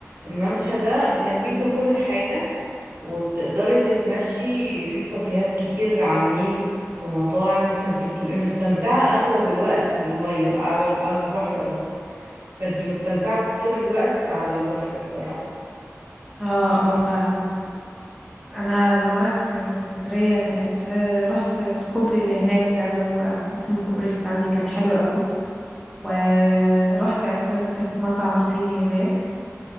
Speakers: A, on the right (about 45°); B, in the centre.
A: الممشى ده جنبيك كل حاجة وبتقدري تتمشي في كافيهات كتير على النيل ومطاعم فانتي بتبقي مستمتعة اغلب الوقت بالمية على على البحر قصدي فانتي مستمتعة طول الوقت على البحر بصراحة
B: اه اه فعلا انا لما رحت اسكندريه كانت آه، رحت الكوبري اللي هناك ده اللي هو اسمه كوبري ستانلي كان حلو قوي ورحت اكلت في مطعم صيني هناك